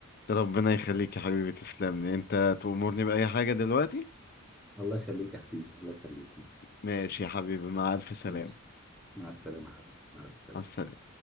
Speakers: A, on the left; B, in the centre.
A: ربنا يخليك يا حبيبي تسلم لي انت تأمرني بأي حاجة دلوقتي
B: الله يخليك يا حبيبي الله يخليك
A: ماشي يا حبيبي مع ألف سلامة
B: ماشي. مع السلامة يا حبيبي مع السلامة
A: مع السلامة